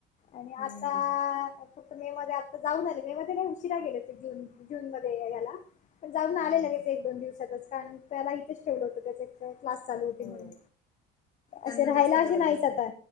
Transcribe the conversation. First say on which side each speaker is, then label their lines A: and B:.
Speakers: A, on the left; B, on the left.
A: आणि
B: हम्म
A: आता फक्त मे मध्ये जाऊन आले मे मध्ये काय उशिरा गेले ते जून जून मध्ये ह्याला पण जाऊन
B: हा
A: आले
B: हा
A: लगेच
B: हा
A: दोन दिवसातच कारण त्याला इथेच ठेवलं होतं त्याच क्लास चालू होती
B: हो
A: म्हणून
B: त्यांना
A: असे राहायला
B: जास्त गरज
A: अ नाहीच
B: असते
A: आता